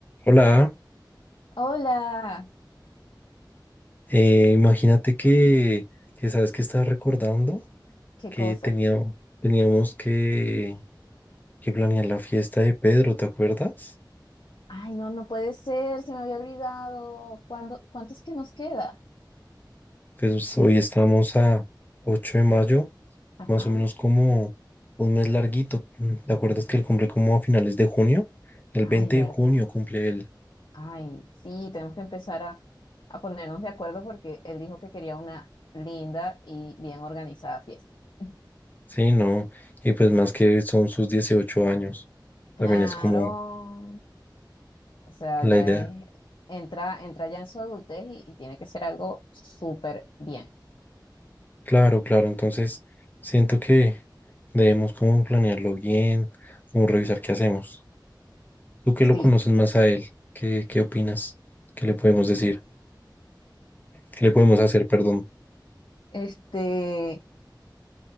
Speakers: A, on the left; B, on the left.
A: Hola,
B: Hola,
A: eh, imagínate que, que sabes que estaba recordando
B: qué
A: que
B: cosa.
A: teníamos, teníamos que, que planear la fiesta de Pedro, ¿te acuerdas?
B: Ay, no, no puede ser, se me había olvidado. ¿Cuándo, cuánto es que nos queda?
A: Pues hoy estamos a ocho de mayo,
B: Ajá.
A: más o menos como un mes larguito. Mm, ¿Te acuerdas que él cumple como a finales de junio? El
B: Ay,
A: 20
B: verdad.
A: de junio cumple él.
B: Ay, sí, tenemos que empezar a, a ponernos de acuerdo porque él dijo que quería una linda y bien organizada fiesta. <laughs>
A: Sí, no, y pues más que son sus 18 años.
B: Claro,
A: También es como
B: o sea,
A: la
B: ya
A: idea.
B: es, entra, entra ya en su adultez y, y tiene que ser algo súper bien.
A: Claro, claro, entonces siento que debemos como planearlo bien, como revisar qué hacemos. Tú que
B: Sí,
A: lo conoces más a él, ¿qué, qué opinas? ¿Qué le podemos decir? ¿Qué le podemos hacer, perdón?
B: este,